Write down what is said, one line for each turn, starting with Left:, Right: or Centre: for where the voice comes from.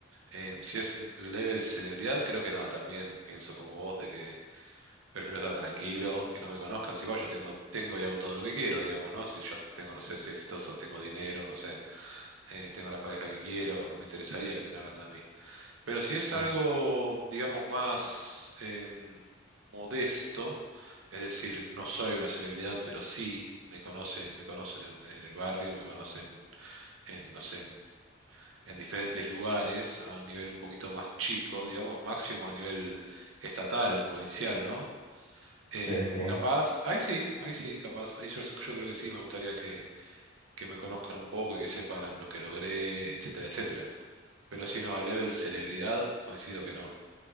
Right: Eh, si es level celebridad, creo que no, también pienso como vos de que prefiero estar tranquilo, que no me conozcan. Si igual yo tengo, tengo y hago todo lo que quiero, digamos, ¿no? Si ya tengo, no sé, soy exitoso, tengo dinero, no sé, eh, tengo la pareja que quiero, no me interesaría que estén hablando de mí. Pero si es algo,
Left: Mm.
Right: digamos, más em, modesto, es decir, no soy una celebridad, pero sí me conocen, me conocen en, en el barrio, me conocen en, no sé, en, en diferentes lugares, a un nivel un poquito más chico, digamos, máximo a nivel estatal o provincial, ¿no? Em,
Left: Sí, sí.
Right: capaz, ahí sí, ahí sí, capaz, ahí yo, yo creo que sí, me gustaría que, que me conozcan un poco y que sepan lo que logré, etcétera, etcétera. Pero si no, al level celebridad, coincido que no.